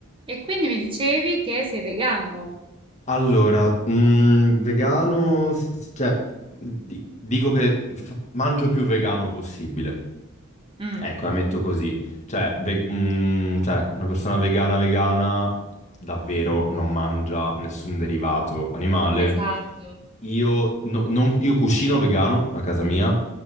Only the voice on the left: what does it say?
Allora, mm, vegano, s- s- cioè, di- dico che f- mangio più vegano possibile.
Ecco, la metto così. Cioè, ve- mm, cioè, una persona vegana vegana davvero non mangia nessun derivato animale,
io, no- non- io cucino vegano a casa mia,